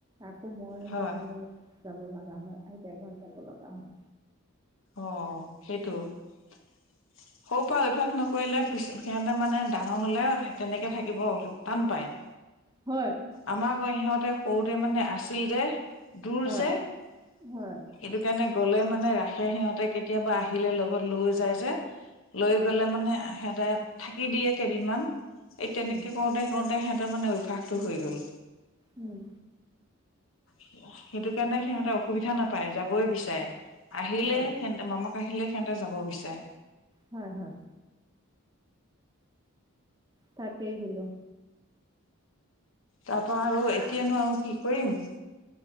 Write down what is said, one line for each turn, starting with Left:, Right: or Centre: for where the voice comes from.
Right: আকৌ মই
Left: হয়
Right: বা কোনোবা যাব লগা হয় আইতা এঘৰত যাব লগা হয়।
Left: অ', সেইটো। সৰু পৰা অভ্যাস নকৰিলে পিছ সিহঁতে মানে ডাঙৰ হ'লে তেনেকে থাকিব টান পায়। <inaudible>
Right: হয়।
Left: আমাৰ বাৰু ইহঁতে সৰুতে মানে আছিল যে দূৰ
Right: হয়
Left: যে এইটো
Right: হয়
Left: কাৰণে গ'লে মানে ৰাসে সিহঁতে কেতিয়াবা আহিলে লগত লৈ যায় যে লৈ
Right: উম
Left: গলে মানে সিহঁতে থাকি দিয়ে কেইদিনমান এই তেনেকে
Right: উম
Left: কৰোতে, কৰোতে সিহঁতৰ মানে অভ্যাসটো হৈ গ'ল।
Right: উম।
Left: সেইটো কাৰণে সিহঁতে অসুবিধা নাপায় যাবই বিচাৰে। আহিলে
Right: হয়
Left: সিহতে মামাক আহিলে সিহঁতে যাব বিচাৰে।
Right: হয়, হয়। তাকেই বুলো।
Left: তাৰ পৰা আৰু
Right: ভাত
Left: এতিয় নো আৰু কি কৰিম।